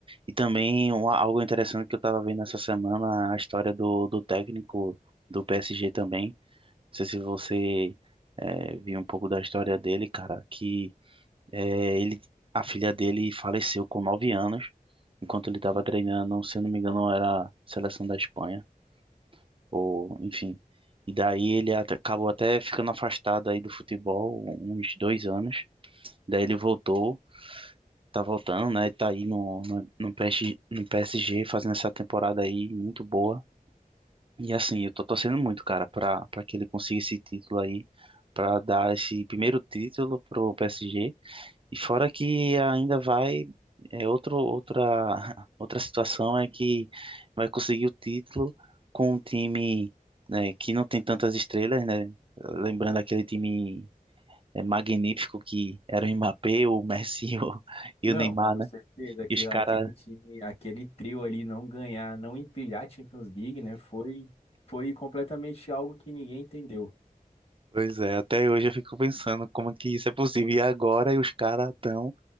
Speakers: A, on the right; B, on the left.
A: E também um, algo interessante que eu tava vendo essa semana, a história do, do técnico do PSG também. Não sei se você eh, viu um pouco da história dele, cara, que eh, ele, a filha dele faleceu com 9 anos, enquanto ele tava
B: Que-
A: treinando, se eu não me engano, era a seleção da Espanha ou enfim. E daí ele at- acabou até ficando afastado aí do futebol uns dois anos. Daí ele voltou, tá voltando, né? Tá aí no, no, no PSG, no PSG fazendo essa temporada aí muito boa. E assim, eu tô torcendo muito, cara, pra, pra que ele consiga esse título aí, pra dar esse primeiro título pro PSG e fora que ainda vai, é outro, outra, <laughs> outra situação é que vai conseguir o título com um time, né, que não tem tantas estrelas, né? Lembrando aquele time é, magnífico que era o Mbappé, o Messi <laughs> e o, e
B: Não,
A: o Neymar,
B: com
A: né?
B: certeza. Aquele,
A: E os caras,
B: aquele time, aquele trio ali não ganhar, não empilhar a Champions League, né? Foi, foi completamente algo que ninguém entendeu.
A: pois é, até hoje eu fico pensando como é que isso é possível. E agora os caras estão